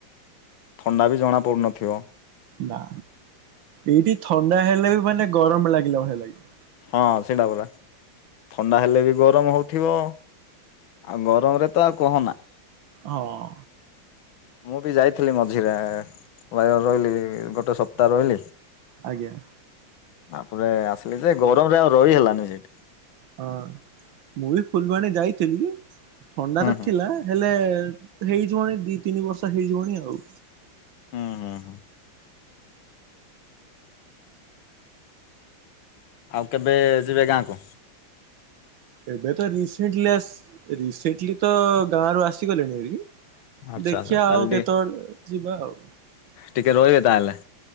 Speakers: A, on the left; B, on the right.
A: ଥଣ୍ଡା ବି ଜଣା ପଡୁନଥିବ?
B: ନା ଏଇଠି ଥଣ୍ଡା ହେଲେ ବି ମାନେ ଗରମ ଲାଗିଲା ଭଳିଆ ଲାଗିବ।
A: ହଁ ସେଇଟା ପରା ଥଣ୍ଡା ହେଲେ ବି ଗରମ ହଉଥିବ। ଆଉ ଗରମରେ ତ ଆଉ କହନା।
B: ହଁ।
A: ମୁଁ ବି ଯାଇଥିଲି ମଝିରେ ରହି-ରହିଲି ଗୋଟେ ସପ୍ତାହ ରହିଲି।
B: ଆଜ୍ଞା।
A: ତା ପରେ ଆସିଲି ଯେ ଗରମରେ ଆଉ ରହି ହେଲାନି ସେଠି।
B: ହଁ ମୁଁ ବି ଫୁଲବାଣୀ ଯାଇଥିଲି। ଥଣ୍ଡା
A: ହୁଁ
B: ତ
A: ହୁଁ
B: ଥିଲା ହେଲେ ହେଇଯିବଣି ଦି ତିନି ବର୍ଷ ହେଇଯିବଣି ଆଉ।
A: ହୁଁ ହୁଁ ହୁଁ। ଆଉ କେବେ ଯିବେ ଗାଁ କୁ?
B: ଏବେ ତ ରିସେଣ୍ଟଲିଶ୍ ରିସେଣ୍ଟଲି ତ ଗାଁ ରୁ ଆସିଗଲିଣି ହେରି।
A: ଆଚ୍ଛା
B: ଦେଖିବା
A: ଆଚ୍ଛା ତାହେଲେ
B: ଆଉ
A: ଟିକେ
B: କେତେବେଳେ ଯିବା ଆଉ।
A: ଟିକେ ରହିବେ ତା ହେଲେ?